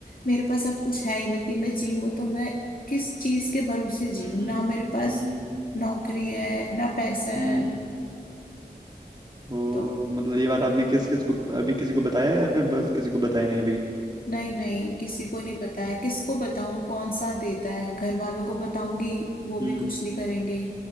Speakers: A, on the left (about 60°); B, on the right (about 25°).
A: मेरे पास अब कुछ है ही नहीं कि मैं जीऊँ तो मैं किस चीज के भरोसे जीऊँ
B: हम्म
A: ना मेरे पास
B: हम्म
A: नौकरी है ना पैसा है
B: हम्म ओ
A: तो
B: मतलब ये बात आपने किस किस को अभी किसी को बताया या फिर बस किसी को बताया नहीं अभी
A: नहीं नहीं किसी को नहीं पता है किसको बताऊं कौन सा देता है घर वालों को बताऊंगी वो
B: हम्म
A: भी कुछ नहीं करेंगे